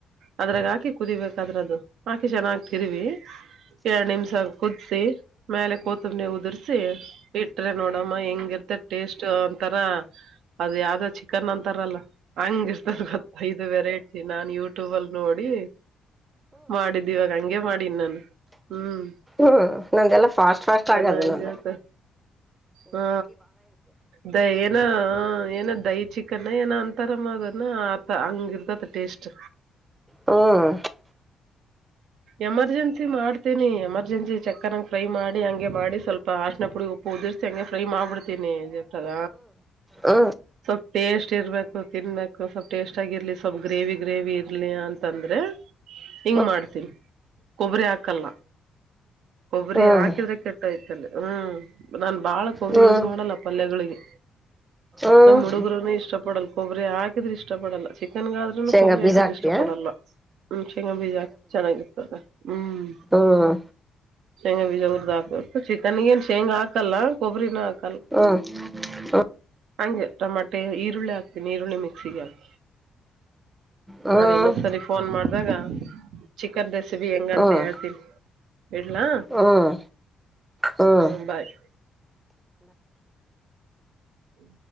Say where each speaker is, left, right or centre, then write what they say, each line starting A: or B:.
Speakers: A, on the right (about 75°); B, on the right (about 20°).
A: ಅದ್ರಾಗ ಹಾಕಿ ಕುದಿಬೇಕಾದ್ರೆ ಅದು ಆಾಕೆ ಚೆನ್ನಾಗ್ತಿರ್ವಿ ಎರಡ್ ನಿಮ್ಷ ಕುದಸಿ ಮೇಲೆ ಕೂತಂಬನವು ಉದುರ್ಸಿ ಇಟ್ರೆ ನೋಡಮ್ಮ ಹೆಂಗಿರ್ತೆ ಟೇಸ್ಟ್ ಅಂತಾರ ಅದ ಯಾವ್ದ ಚಿಕನ್ ಅಂತಾರಲ್ಲ ಹಂಗರ್ತ ಗ ಐದು ವೆರೈಟಿ ನಾನ್ ಯೂಟ್ಯೂಬ ಅಲ್ ನೋಡಿ ಮಾಡಿದ್ದು ಇವಾಗ ಹಂಗಗೆ ಮಾಡಿ ಇನ್ನಾನು ಹ್ಮ್
B: ಹ್ಮ್ ನಂದ ಎಲ್ಲ ಫಾಸ್ಟ್ ಫಾಸ್ಟ್
A: ಚೆನ್ನಾಗಿರುತ್ತೆ
B: ಆಗದು ನಮ್ದ
A: ಹಾ ದ ಏನ ಏನ ದಹಿ ಚಿಕನ್ ಏನ ಅಂತ ತರಮದಾನ ಅ ಅಂಗರುತ ಅದ ಟೇಸ್ಟ್
B: ಹ್ಮ್
A: ಎಮರ್ಜೆನ್ಸಿ ಮಾಡ್ತೇನಿ ಎಮರ್ಜೆನ್ಸಿ ಚಕ್ಕನಂಗ ಫ್ರೈ ಮಾಡಿ ಹಂಗೆ ಮಾಡಿ ಸ್ವಲ್ಪ ಆ ್ಣ ಪುಡಿ ಉಪ್ಪು ಉದುರ್ಸಿ ಹಂಗೆ ಫ್ರೈ ಮಾಡ್ಬಿಡ್ತೀನಿ ಇಲ್ಲ
B: ಹ
A: ಸ್ವಲ್ಪ್ ಟೇಸ್ಟ್ ಇರ್ಬೇಕು ತಿನ್ಬೇಕು ಸ್ವಲ್ಪ್ ಟೇಸ್ಟ್ ಆಗಿರ್ಲಿ ಸ್ವಲ್ಪ್ ಗ್ರೇವಿ ಗ್ರೇವಿ ಇರ್ಲಿ ಅಂತಂದ್ರೆ
B: ಹ್ಮ
A: ಹಿಂಗ್ ಮಾಡ್ತೀನಿ ಕೊಬ್ಬರಿ ಹಾಕಲ್ಲ ಕೊಬ್ಬರಿ
B: ಹ್ಮ್
A: ಹಾಕಿದ್ರೆ ಕೆಟ್ಟ ಐ್ತಲ್ಲ ಹ್ಮ್ ನಾನ್ ಬಾಳ ಕೊಬ್ಬರಿ
B: ಹ್ಮ್
A: ಯೂಸ್ ಮಾಡಲ್ಲ ಪಲ್ಯಗಳಿಗೆ
B: ಹ್ಮ್
A: ನಮ್ಮ್ ಹುಡುಗರುನ ಇಷ್ಟ ಪಡಲ್ಲ ಕೊಬ್ಬರಿ ಹಾಕಿದ್ರೆ ಇಷ್ಟ ಪಡಲ್ಲ ಚಿಕ್ಕ ಚಿಕನ್ಗಾದ ಆದ್ರೂನು
B: ಶೇಂಗಾ
A: ಕೊಬ್ಬರಿ ಹಾಕಿದ್ರೆ
B: ಬೀಜ ಹಾಕ್ತಿಯಾ
A: ಇಷ್ಟ ಪಡಲ್ಲ ಶೇಂಗಾ ಬೀಜ ಚೆನ್ನಾಗಿರ್ತದೆ ಹ್ಮ್
B: ಹ್ಮ್
A: ಶೇಂಗಾ ಬೀಜ ಅವರದ್ ಹಾಕ್ಬೇಕು ಚಿಕನ್ಗ ಏನ್ ಶೇಂಗ ಹಾಕಲ್ಲ ಕೊಬ್ಬರಿನ ಹಾಕ್
B: ಹಾ
A: ಹಂಗೆ ಟಮಾಟೆ ಈರುಳ್ಳಿ ಹಾಕ್ತೀನಿ ಈರುಳ್ಳಿ ಮಿಕ್ಸಿಗೆ ಹಾಕ್
B: ಹ್ಮ್
A: ಅದ ಇನ್ನೊಂದ್ಸರಿ ಫೋನ್ ಮಾಡ್ದಾಗ ಚಿಕನ್ ರೆಸಿಬಿ ಹೆಂಗಂತ
B: ಹ್ಮ್
A: ಹೇಳ್ತೀನಿ ಇಡ್ಲಾ..
B: ಹ್ಮ್ ಹ್ಮ್
A: ಹ್ಮ ಬಾಯ್.. ಹ್ಮ